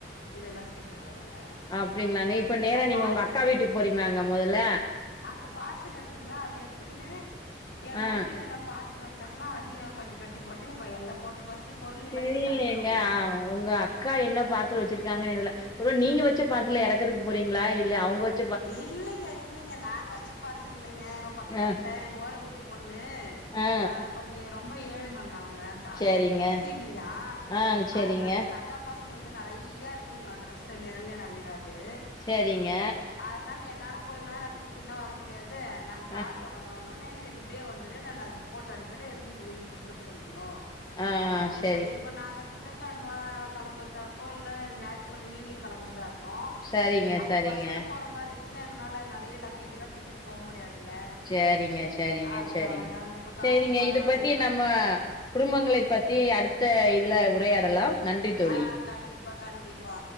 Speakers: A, on the left; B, on the left.
A: இதெல்லா சேர்த்துருவாருங்க
B: அப்படிங்களாங்க இப்ப நேரா நீங்க
A: பார்சல்
B: உங்க அக்கா வீட்டுக்கு போறீங்களாங்க மொதல்ல
A: அங்க பார்சல் இருக்குங்க அது எத்துக்குனு எங்க
B: ஆ
A: அண்ணி எதனா பார்சல் வெச்சாங்கா அதையு கொஞ்ச கட்டி போட்டு இப்ப எல்லா போட்டு பஸ்டு பொருள்கல்லா
B: தெரியலையேங்க
A: சேத்து அனுப்பிடுவோங்க
B: ஆ உங்க அக்கா என்ன பார்சல் வெச்சிருக்காங்கன்னு எதுல நீங்க வச்ச பார்சல இறக்கறக்கு போறீங்களா இல்ல அவங்கச்ச
A: இல்லைங்க இல்லைங்க நாங்க வெச்ச பார்சல் இல்லைங்க எங்க பக்கத்து வீட்ல
B: ஆ
A: எங்க ஓரகத்தி பொண்ணு
B: ஆ
A: அ கொஞ்ச ரொம்ப ஏழுமங்க அவுங்க கா
B: சரிங்க
A: அவங்ளுக்கு ட்ரெஸ் இல்லையா
B: ஆ சரிங்க
A: அதனால எங்க அக் அக்கா பாசங்கள்து நெறையா இருக்குங்களா ட்ரெஸ்ஸ நிரல் ந விராது
B: சேரிங்க
A: அதனால என்னால போயி நேரா தூக்கட்லா வர முடியாது நாங் கார்ல
B: ஆ
A: வரோனனே சேரி இப்டியே வந்துரு நான் அது போட்டு அனுப்பிறேன் எடுத்ட்டு போயி வீட்ல குடுத்துட சொல்லுங்கோ
B: ஆ
A: அப்டின்னு
B: சரி
A: சொன்ன இப்போ நாங்க திங்கக்கெழம களம்புறதா இருக்கோ இல்ல ஞாயித்துக்கெழம ஈவினிங் களம்புறதா இருக் கோ
B: சரிங்க
A: அப்ப
B: சரிங்க
A: பஸ்ல போற மாரி இருந்துச்சுன்னா எங்களனால நறைய லக்கேஜ் எல்லா தூக்கிட்டு போ முடியாதுங்க
B: சேரிங்க சேரிங்க
A: அதனாலதாங்க
B: சேரிங்க
A: இப்ப
B: சேரிங்க
A: கார் சும்மாதான
B: இத
A: வருது
B: பத்தி
A: இப்ப
B: நம்ம குடும்பங்களை பத்தி அடுத்த இதுல உரையாடலாம் நன்றி தோழி
A: ஆ கண்டிப்பா கண்டிப்பா